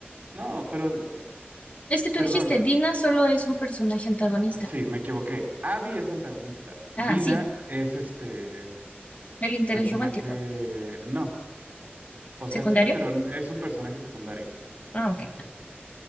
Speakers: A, on the right (about 40°); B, on the left (about 35°).
A: No, pero,
B: Es que tú
A: perdón,
B: dijiste, Dina solo es un personaje antagonista.
A: sí, me equivoqué. Abby es antagonista.
B: Ah,
A: Dina
B: sí,
A: es este
B: el interés
A: personaje.
B: romántico.
A: No, o sea,
B: ¿Secundario?
A: sí, pero es un personaje secundario.
B: Ah, ok.